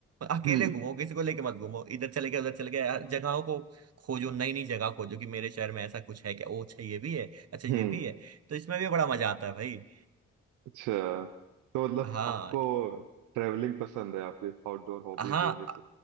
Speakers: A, on the right; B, on the right.
A: अकेले
B: हम्म
A: घूमो किसी को लेके मत घूमो इधर चले गए उधर चले गए हर जगहों को खोजो नई नई जगह खोजो कि मेरे शहर में ऐसा कुछ है क्या ओ अच्छा ये भी है अच्छा ये
B: हम्म
A: भी है तो इसमें भी बड़ा मजा आता है भाई
B: अच्छा तो मतलब
A: हाँ
B: आपको ट्रेवलिंग पसंद है आपकी आउटडोर हॉबीज
A: हाँ
B: इनमें से